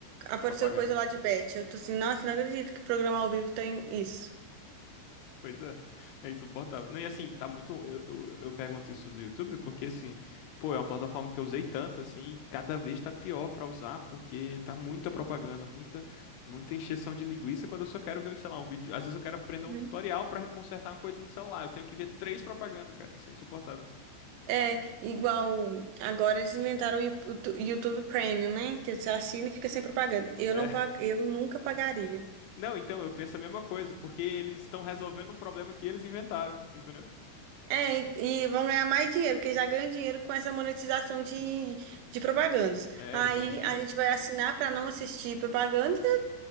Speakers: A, on the right (about 80°); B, on the left (about 80°).
A: apareceu
B: Propaganda.
A: coisa lá de Beth. Eu tô assim, nossa, não acredito que programa ao vivo tem isso.
B: Coisa é é insuportável. Não, e assim, tá muito. Eu, eu, eu pergunto isso do YouTube porque, assim, pô, é uma plataforma que eu usei tanto, assim, e cada vez tá pior pra usar porque tá muita propaganda, muita, muita encheção de linguiça. Quando eu só quero ver, sei lá, um vídeo. Às vezes eu quero aprender um
A: Uhum.
B: tutorial pra consertar uma coisa no celular. Eu tenho que ver três propagandas, cara. Isso é insuportável.
A: É, igual agora eles inventaram o Yutu- YouTube Premium, né? Que você assina e fica sem propaganda. Eu
B: É.
A: não
B: <laughs>
A: pag... eu nunca pagaria.
B: Não, então, eu penso a mesma coisa porque eles estão resolvendo um problema que eles inventaram, entendeu?
A: É, e, e vão ganhar mais dinheiro, porque já ganham dinheiro com essa monetização de, de propagandas.
B: É,
A: Aí
B: eles ganham muito dinheiro.
A: a gente vai assinar para não assistir propaganda.